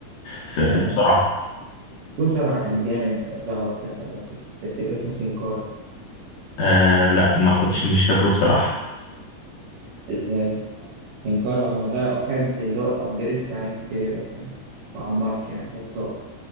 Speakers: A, on the left; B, on the right.
A: في,
B: يا
A: في المصارعه
B: جدع في مصارع كان جامد ظهر واختفى لو تس- تفتكر اسمه سينكارا
A: آه لا ما اخدش مش فاكره بصراحه
B: ازاي سينكارا ده حد اللي هو الابجريد بتاع ريم ستيريو بس ما ما عمرش يعني هو اتصاب